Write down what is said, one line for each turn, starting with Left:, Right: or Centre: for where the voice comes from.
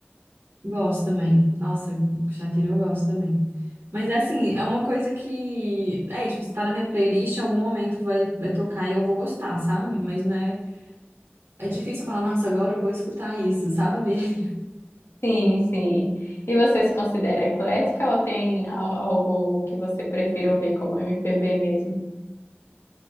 Right: Gosto também. Nossa, Shakira eu gosto também. Mas é assim, é uma coisa que. É isso, tipo, se tá na minha playlist, em algum momento vai, vai tocar e eu vou gostar, sabe? Mas não é. É difícil eu falar, nossa, agora eu vou escutar isso, sabe? <laughs>
Left: Sim, sim. E você se considera eclética ou tem al- algo que você prefira ouvir como MPB mesmo?